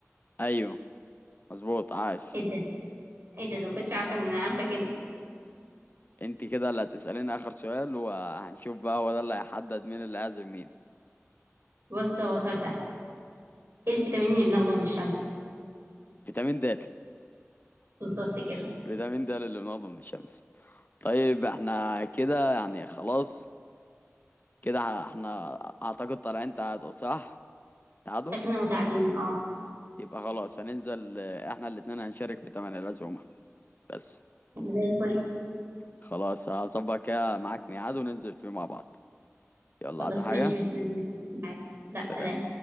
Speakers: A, on the left (about 40°); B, on the right (about 55°).
A: أيوه مظبوط عاش
B: ايه ده ايه ده ده ما كنتش عارفة ان انا عارفة كده
A: انت كده اللي هتسأليني آخر سؤال وهنشوف بقى هو ده اللي هيحدد مين اللي هيعزم مين
B: بص هو سؤال سهل ايه الفيتامين اللي بناخده من الشمس
A: فيتامين د
B: بالظبط كده
A: فيتامين د اللي بناخده من الشمس طيب احنا كده يعني خلاص كده احنا اعتقد طالعين تعادل صح تعادل
B: شكلنا متعادلين اه
A: يبقى خلاص هننزل اه، احنا الاتنين هنشارك في تمن العزومة بس
B: زي الفل
A: خلاص هظبط كده معاك ميعاد وننزل فيه مع بعض يلا
B: خلاص
A: عايز حاجة
B: ماشي مستنيك في الميعاد لا سلام
A: سلام